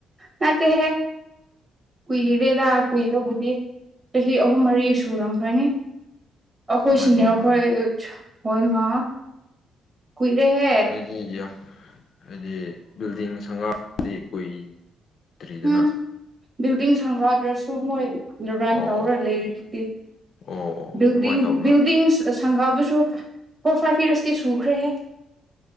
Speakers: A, on the right (about 30°); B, on the left (about 55°).
A: ꯅꯠꯇꯦ ꯍꯦ ꯀꯨꯏꯔꯦꯗ ꯀꯨꯏꯕꯕꯨꯗꯤ ꯆꯍꯤ ꯑꯍꯨꯝ ꯃꯔꯤ ꯁꯨꯔꯝꯈ꯭ꯔꯅꯤ ꯑꯈꯣꯏ
B: ꯑꯗꯨꯃꯥꯏꯅ
A: ꯁꯨꯅꯦ
B: ꯇꯧꯕ꯭ꯔꯅꯦ
A: ꯑꯈꯣꯏ ꯑ ꯈꯣꯏꯅ ꯀꯨꯏꯔꯦꯍꯦ
B: ꯑꯩꯗꯤ ꯌꯥꯝ ꯍꯥꯏꯗꯤ ꯕꯤꯜꯗꯤꯡ ꯁꯪꯒꯥꯕꯗꯤ ꯀꯨꯏ ꯗ꯭ꯔꯤꯗꯅ
A: ꯎꯝ ꯕꯤꯜꯗꯤꯡ ꯁꯪꯒꯥꯗ꯭ꯔꯁꯨ ꯃꯣꯏ ꯔꯨꯔꯥꯟ
B: ꯑꯣ
A: ꯇꯧꯔ
B: ꯑꯣ
A: ꯂꯩꯔꯤꯗꯨꯗꯤ
B: ꯑꯣ ꯑꯣ ꯑꯣ
A: ꯕꯤꯜꯗꯤꯡ
B: ꯑꯗꯨꯃꯥꯏꯅ ꯇꯧꯕ꯭ꯔꯥ
A: ꯕꯤꯜꯗꯤꯡ ꯁ ꯑ ꯁꯪꯒꯥꯕꯁꯨ ꯐꯣꯔ ꯐꯥꯏꯚ ꯌꯥꯔꯁꯇꯤ ꯁꯨꯈ꯭ꯔꯦꯍꯦ